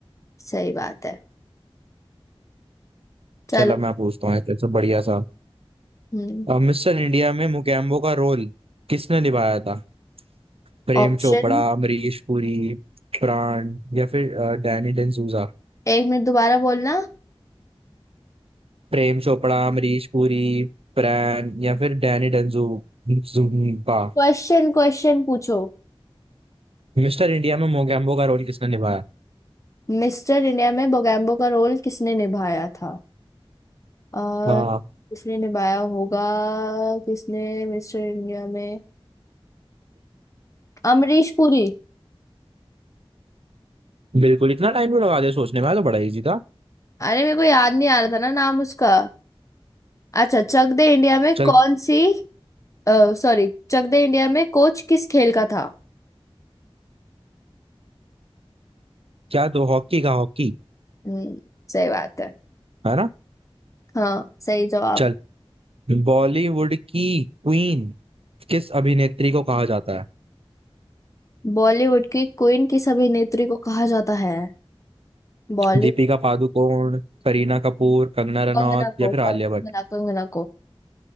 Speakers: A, on the left; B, on the right.
A: सही बात है चलो
B: चलो मैं पूछता हूँ एक सब बढ़िया सा
A: हम्म
B: अब मिस्टर इंडिया में मुकेम्बो का रोल किसने निभाया था प्रेम
A: ऑप्शन
B: चोपड़ा अमरीश पुरी प्राण या फिर अ, डैनी डेंजूजा
A: एक मिनट दोबारा बोलना
B: प्रेम चोपड़ा अमरीश पुरी प्राण या फिर Danny Denzongpa
A: क्वेश्चन क्वेश्चन पूछो
B: Mister India में मोगैम्बो का रोल किसने निभाया
A: मिस्टर इंडिया में बोगैम्बो का रोल किसने निभाया था और
B: हाँ
A: किसने निभाया होगा किसने मिस्टर इंडिया में अमरीश पुरी
B: बिल्कुल इतना टाइम क्यों लगा दिया सोचने में यार, तो बड़ा इजी था
A: अरे मेरे को याद नहीं आ रहा था ना नाम उसका अच्छा चक दे इंडिया में
B: चल
A: कौन सी सॉरी चक दे इंडिया में कोच किस खेल का था
B: क्या दो हॉकी का हॉकी
A: हम्म सही बात है
B: है ना
A: हाँ सही जवाब
B: चल बॉलीवुड की क्वीन किस अभिनेत्री को कहा जाता है
A: बॉलीवुड की क्वीन किस अभिनेत्री को कहा जाता है बॉलीवुड
B: दीपिका पादुकोण करीना कपूर कंगना रनौत
A: कंगना को
B: या फिर
A: कंगना
B: आलिया भट्ट
A: कंगना को